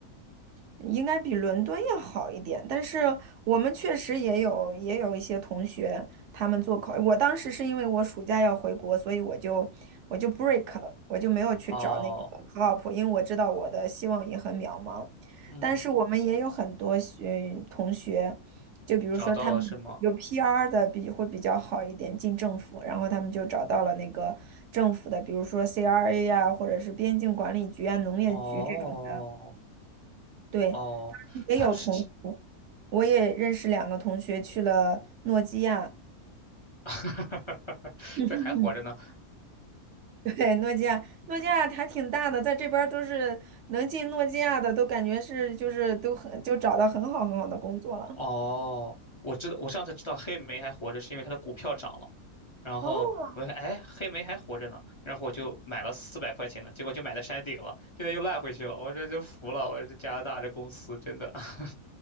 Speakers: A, on the right; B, on the left.
A: 应该比伦敦要好一点，但是我们确实也有也有一些同学，他们做考，我当时是因为我暑假要回国，所以我就我就 break 了，我就没有去找那个
B: 哦，
A: co-op，因为我知道我的希望也很渺茫。
B: 嗯，
A: 但是我们也有很多学同学，就比如说他们有
B: 找到了是吗？
A: PR 的比会比较好一点，进政府，然后他们就找到了那个政府的，比如说 CRA 呀、或者是边境管理局啊、农业局这种的，
B: 哦
A: 对。
B: 哦，
A: 也有同学，
B: 他不是
A: 我也认识两个同学去了诺基亚。<laughs>
B: <laughs>
A: 嗯哼哼，
B: 这还活着呢。
A: 对，诺基亚，诺基亚还挺大的，在这边儿都是能进诺基亚的，都感觉是就是都很就找到很好很好的工作了。
B: 哦，我知道，我上次知道黑莓还活着，是因为它的股票涨了。然后我一看，
A: 哦，
B: 哎，黑莓还活着呢，然后我就买了四百块钱的，结果就买在山顶了，现在又烂回去了，我这就服了，我这加拿大这公司真的 <laughs>